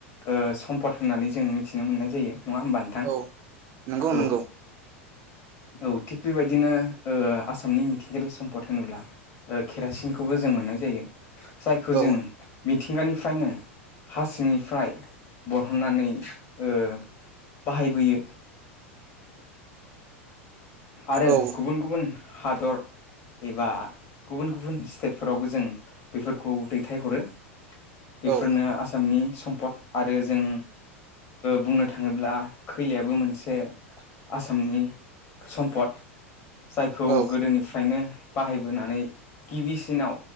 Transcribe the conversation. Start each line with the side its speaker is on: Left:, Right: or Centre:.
Left: ओ सम्पद होननानै जों मिथिनो मोननाय जायो नङा होमबा नोंथां
Right: औ नंगौ
Left: औ
Right: नंगौ
Left: औ थिग बेबायदिनो ओ आसामनि मिथिंगायारि सम्पद होनोब्ला केरासिन खौबो जों मोननाय जायो। जायखौ
Right: औ
Left: जों मि मिथिंगानिफ्रायनो हासिंनिफ्राय बरहननानै ओ बाहायबोयो। आरो
Right: औ
Left: गुबुन गुबुन हादर एबा गुबुन गुबुन स्टेटफोरावबो जों बेफोरखौ दैथायहरो। बेफोरनो
Right: औ
Left: आसामनि सम्पद आरो ओ जों बुंनो थाङोब्ला खैलायाबो मोनसे आसामनि सम्पद। जायखौ
Right: औ
Left: गोदोनिफ्रायनो बाहायबोनानै गिबि दिनाव